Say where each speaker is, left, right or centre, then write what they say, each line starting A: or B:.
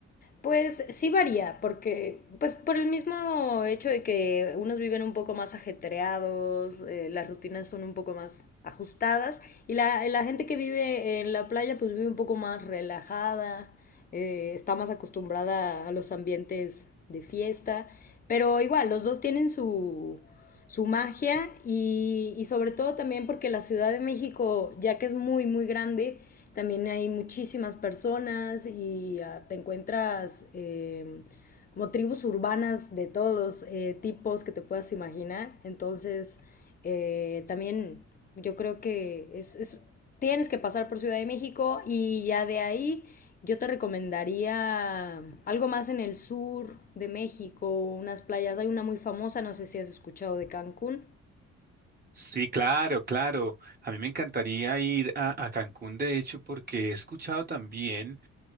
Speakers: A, on the left; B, on the right.
A: Pues sí varía, porque pues por el mismo hecho de que unos viven un poco más ajetreados, eh, las rutinas son un poco más ajustadas y la, la gente que vive en la playa pues vive un poco más relajada, eh, está más acostumbrada a los ambientes de fiesta, pero igual los dos tienen su, su magia y, y sobre todo también porque la Ciudad de México, ya que es muy, muy grande, también hay muchísimas personas y ah, te encuentras eh, como tribus urbanas de todos los eh, tipos que te puedas imaginar. Entonces, eh, también yo creo que es, es, tienes que pasar por Ciudad de México y ya de ahí yo te recomendaría algo más en el sur de México, unas playas. Hay una muy famosa, no sé si has escuchado de Cancún.
B: Sí, claro, claro. A mí me encantaría ir a, a Cancún, de hecho, porque he escuchado también